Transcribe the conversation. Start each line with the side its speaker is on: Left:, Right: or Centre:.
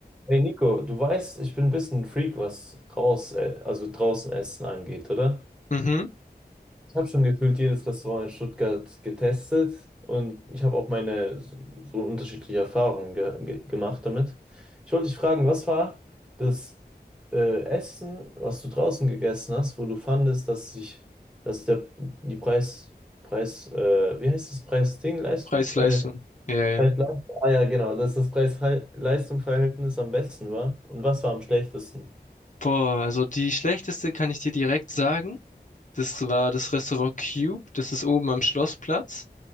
Centre: Hey Nico, du weißt, ich bin ein bisschen ein Freak, was raus, äh, also draußen Essen angeht, oder?
Left: Mhm.
Centre: Ich habe schon gefühlt jedes Restaurant in Stuttgart getestet und ich habe auch meine so so unterschiedliche Erfahrungen ge ge gemacht damit. Ich wollte dich fragen, was war das äh, Essen, was du draußen gegessen hast, wo du fandest, dass sich, dass der die Preis, Preis, äh, wie heißt das, Preis-Ding-Leistung?
Left: Preis-Leistung.
Centre: Preis,
Left: Ja, ja.
Centre: Preis-Leistung. Ah ja, genau, dass das Preis-Leistung-Verhältnis am besten war. Und was war am schlechtesten?
Left: Boah, also die schlechteste kann ich dir direkt sagen. Das war das Restaurant Cube. Das ist oben am Schlossplatz.